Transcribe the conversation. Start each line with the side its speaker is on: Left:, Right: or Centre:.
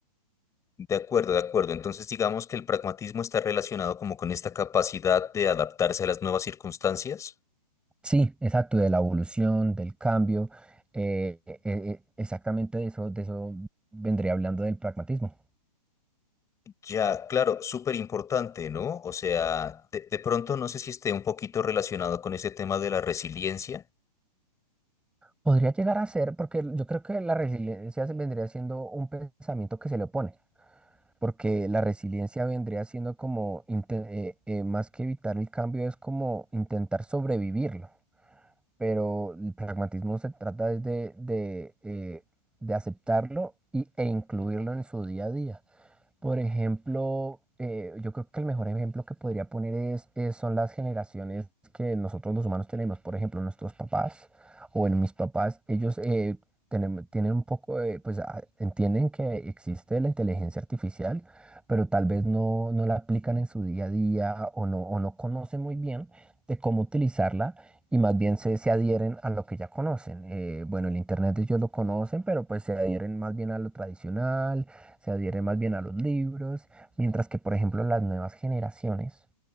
Left: De acuerdo, de acuerdo. Entonces digamos que el pragmatismo está relacionado como con esta capacidad de adaptarse a las nuevas circunstancias.
Centre: Sí, exacto, de la evolución, del cambio, eh, eh, eh, exactamente de eso, de eso vendría hablando del pragmatismo.
Left: Ya, claro, súper importante, ¿no? O sea, de de pronto no sé si esté un poquito relacionado con ese tema de la resiliencia.
Centre: Podría llegar a ser, porque yo creo que la resiliencia se vendría siendo un pensamiento que se le opone, porque la resiliencia vendría siendo como, inte- eh, eh, más que evitar el cambio, es como intentar sobrevivirlo, pero el pragmatismo se trata es de, de, eh, de aceptarlo y, e incluirlo en su día a día. Por ejemplo, eh, yo creo que el mejor ejemplo que podría poner es, es- son las generaciones que nosotros los humanos tenemos. Por ejemplo, nuestros papás o en mis papás, ellos eh, tenem- tienen un poco de, pues a- entienden que existe la inteligencia artificial, pero tal vez no, no la aplican en su día a día o no, o no conocen muy bien de cómo utilizarla y más bien se, se adhieren a lo que ya conocen. Eh, bueno, el Internet ellos lo conocen, pero pues se adhieren más bien a lo tradicional se adhieren más bien a los libros, mientras que, por ejemplo, las nuevas generaciones,